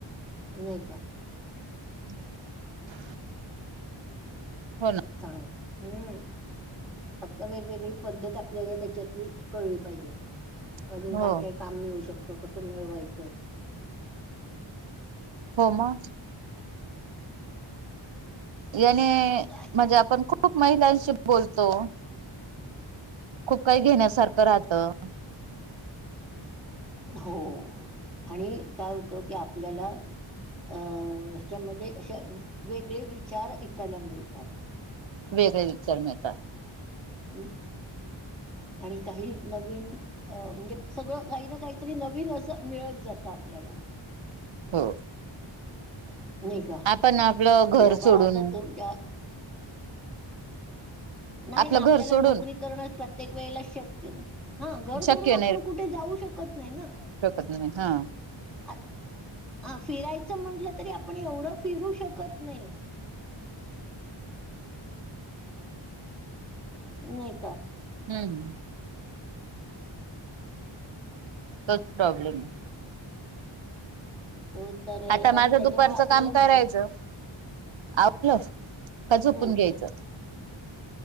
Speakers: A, in the centre; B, on the right.
A: नाय का
B: <unintelligible> हो ना
A: चांगला, हम्म फक्त वेगवेगळी पद्धत आपल्याला त्याच्यातली कळली पाहिजे अजून
B: ना
A: काय
B: हो
A: काय काम मिळू शकतं कसं मिळवायचं.
B: हो म याने
A: काय
B: म्हणजे आपण खूप महिलांशी बोलतो. खूप काही घेण्यासारखं राहतं.
A: हो. आणि काय होतं की आपल्याला अ ह्याच्यामध्ये असं वेगळे विचार ऐकायला मिळतात.
B: वेगळे विचार मिळतात.
A: हम्म आणि काही नवीन अ म्हणजे सगळं काही ना काहीतरी नवीन असं मिळत जातं आपल्याला.
B: हो
A: नाही का
B: आपण आपलं
A: कि
B: घर
A: बाबा
B: सोडून
A: आज तुमच्या <inaudible> नाही
B: आपलं
A: ना आपल्याला
B: घर सोडून
A: नोकरी करणं प्रत्येक वेळेला शक्य नाही. हा घर सोडून
B: शक्य
A: आपण कुठे जाऊ शकत नाही ना.
B: ह हा
A: आ ह फिरायचं म्हटलं तरी आपण एवढं फिरू शकत नाही. नाही का.
B: हम्म... तोच प्रॉब्लेम आहे.
A: <inaudible>
B: आता माझं
A: आणि त्याच्यामुळे
B: दुपारचं
A: आपल्याला
B: काम करायचं.
A: माहित
B: आवरलं की झोपून
A: हम्म
B: घ्यायचं.